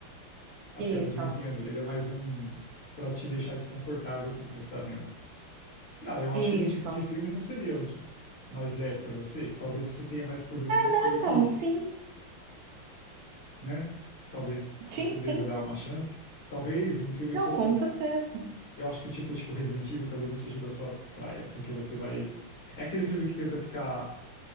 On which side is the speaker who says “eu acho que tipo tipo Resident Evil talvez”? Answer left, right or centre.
Left